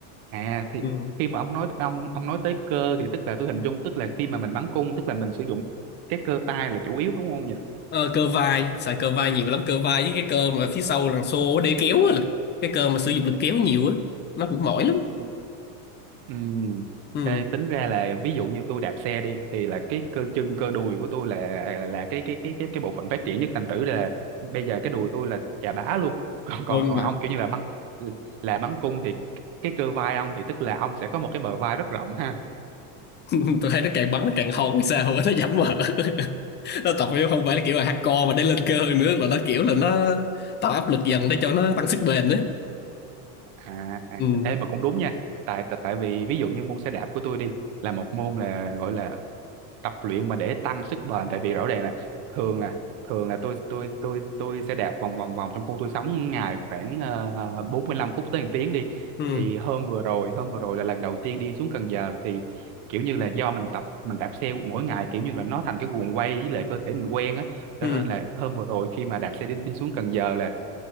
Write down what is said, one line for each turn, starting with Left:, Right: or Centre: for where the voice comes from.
Right: à thì
Left: ừ.
Right: khi mà ông nói ông ông nói tới cơ thì tức là tôi hình dung tức là khi mà mình bắn cung tức là mình sử dụng cái cơ tay là chủ yếu đúng không nhỉ
Left: Ờ, cơ vai xài cơ vai nhiều lắm cơ vai với cái cơ mà phía sau đằng xô á, để kéo á lực cái cơ mà sử dụng lực kéo nhiều á nó cũng mỏi lắm
Right: Ừ. Ừ.
Left: ừ.
Right: Ê, tính ra là ví dụ như tôi đạp xe đi thì là cái cơ chân cơ đùi của tôi là là, là cái cái cái cái cái bộ phận phát triển nhất thành thử là bây giờ cái đùi tôi là chà bá luôn <laughs> còn còn
Left: Ôi
Right: còn
Left: mà
Right: ông kiểu như là bắn là bắn cung thì cái cơ vai ông thì tức là ông sẽ có một cái bờ vai rất rộng ha
Left: <laughs> tôi thấy nó càng bắn nó càng hôn hay sao á, nó giảm mỡ <laughs> nó tập vô không phải là kiểu là hardcore mà để lên cơ nữa mà nó kiểu là nó tạo áp lực dần để cho nó tăng sức bền nữa
Right: à, à
Left: ừ.
Right: ê, mà cũng đúng nha tại tại tại vì ví dụ như môn xe đạp của tôi đi là một môn là gọi là tập luyện mà để tăng sức bền tại vì rõ ràng là thường là thường là tôi tôi tôi tôi sẽ đạp vòng vòng vòng trong khu tôi sống ngày khoảng ờ, 45 phút tới một tiếng đi
Left: Ừ.
Right: thì hôm vừa rồi hôm vừa rồi là lần đầu tiên đi xuống Cần Giờ thì kiểu như là do mình tập mình đạp xe mỗi ngày kiểu như là nó thành cái guồng quay với lại cơ thể mình quen á cho
Left: Ừ.
Right: nên là hôm vừa rồi khi mà đạp xe đi, đi xuống Cần Giờ là